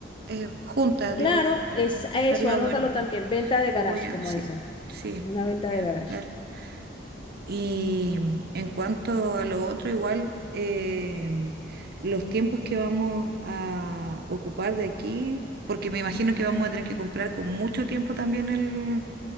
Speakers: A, on the right; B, on the left.
A: eh, juntas,
B: Claro,
A: digo yo, para-
B: es
A: estaría
B: eso, anótalo
A: bueno.
B: también. Venta de garage,
A: Lo voy a,
B: como
A: sí,
B: dicen.
A: sí,
B: Una
A: lo
B: venta
A: voy
B: de
A: a anotar.
B: garage.
A: Y en cuanto a lo otro, igual em, los tiempos que vamos a ocupar de aquí, porque me imagino que vamos a tener que comprar con mucho tiempo también